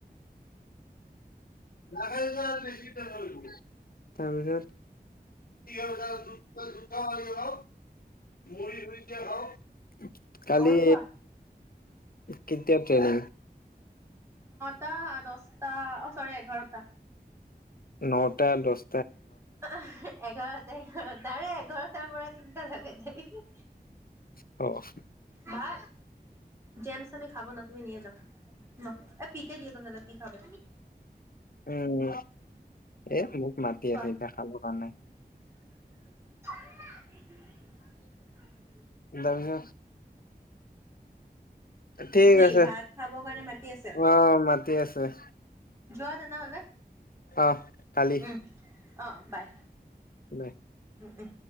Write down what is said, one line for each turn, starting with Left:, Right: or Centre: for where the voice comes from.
Left: <unintelligible> তাৰপিছত <unintelligible> কালি
Right: আৰু কোৱা।
Left: <unintelligible> কেতিয়া ট্ৰেনিং?
Right: টা, দচটা অ', চৰি এঘাৰটা।
Left: নটা, দচ
Right: অ', এঘাৰটা, এঘাৰটা আৰু এঘাৰটাৰ মূৰত তিন্তা লগাই ঠেই
Left: অ'।
Right: বা জেমচ আমি খাব না তুমি নিয়ে যাওঁ ন এ পিকে দিয়া তেনেহ'লে পি খাবে
Left: উম, এ মোক মাতি
Right: কোৱা
Left: আছে এতিয়া খাবৰ কাৰণে।
Right: <inaudible>
Left: দাৰগা ঠিক
Right: কি
Left: আছে,
Right: ভাত খাবৰ কাৰণে মাতি আছে
Left: অ', মাতি আছে।
Right: যোৱা তেনেহ'লে।
Left: অহ, কালি।
Right: উম অ', বাই।
Left: নাই।
Right: উম, উম।